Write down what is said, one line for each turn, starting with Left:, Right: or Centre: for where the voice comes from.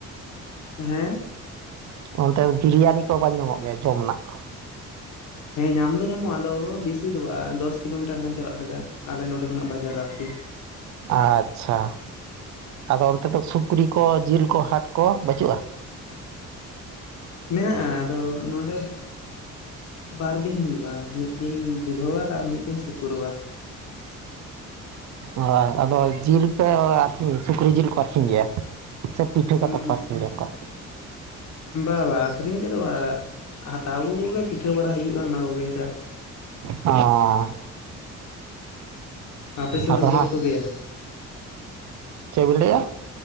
Left: ᱦᱮᱸ
Right: ᱦᱮᱸ ᱚᱱᱛᱮ ᱫᱚ ᱵᱤᱨᱭᱟᱱᱤ ᱠᱚ ᱵᱟᱝ ᱧᱟᱢᱚᱜ ᱜᱮᱭᱟ ᱡᱚᱢ ᱟᱱᱟᱜ ᱠᱚ?
Left: ᱦᱮᱸ ᱧᱟᱢ ᱫᱚ ᱧᱟᱢᱚᱜᱼᱟ ᱟᱫᱚ ᱵᱮᱥᱤ ᱫᱚ ᱵᱟᱝ ᱫᱚᱥ ᱠᱤᱞᱳᱢᱤᱴᱟᱨ ᱜᱟᱱ ᱪᱟᱞᱟᱜ ᱞᱟᱜᱟᱜᱼᱟ ᱟᱞᱮ ᱱᱚᱸᱰᱮ ᱠᱷᱚᱱᱟᱜ ᱵᱟᱡᱟᱨᱟ ᱟᱨᱠᱤ ᱾
Right: ᱟᱪᱪᱷᱟ ᱟᱫᱚ ᱚᱱᱛᱮ ᱫᱚ ᱥᱩᱠᱨᱤ ᱠᱚ ᱡᱤᱞ ᱠᱚ ᱦᱟᱴ ᱠᱚ ᱵᱟᱹᱪᱩᱜᱼᱟ?
Left: ᱢᱮᱱᱟᱜᱼᱟ ᱟᱫᱚ ᱱᱚᱰᱮ ᱮᱸ ᱵᱟᱨ ᱫᱤᱱ ᱦᱩᱭᱩᱜᱼᱟ, ᱢᱤᱫ ᱫᱤᱱ ᱵᱩᱫᱷᱚᱵᱟᱨ ᱟᱨ ᱢᱤᱫ ᱫᱤᱱ ᱥᱩᱠᱨᱚᱵᱟᱨ ᱾
Right: ᱦᱚᱸ ᱟᱫᱚ ᱡᱤᱞ ᱯᱮ ᱟᱨᱠᱤ ᱥᱩᱠᱨᱤ ᱡᱤᱞ ᱠᱚ ᱟᱹᱠᱷᱨᱤᱧ ᱜᱮᱭᱟ ᱥᱮ ᱯᱤᱴᱷᱟᱹ
Left: ᱩᱸ
Right: ᱠᱟᱛᱮ <unintelligible>
Left: ᱵᱟ ᱵᱟ ᱟᱹᱠᱷᱨᱤᱧ ᱠᱮᱫᱚ ᱵᱟ ᱾ ᱦᱟᱛᱟᱣ ᱟᱹᱜᱩ ᱠᱚᱜᱮ ᱯᱤᱴᱷᱟᱹ ᱵᱟᱲᱟ ᱦᱩᱭᱩᱜᱼᱟ ᱚᱱᱟ ᱠᱚᱜᱮ ᱡᱟ
Right: ᱚᱸᱻ
Left: ᱟᱯᱮ ᱥᱮᱱ
Right: ᱟᱫᱚ
Left: ᱫᱚᱠᱚ
Right: ᱦᱟᱸᱜ
Left: ᱜᱚᱡ ᱠᱚᱜᱮᱭᱟ?
Right: ᱪᱮᱫ ᱵᱤᱱ ᱞᱟᱹᱭ ᱮᱫᱼᱟ?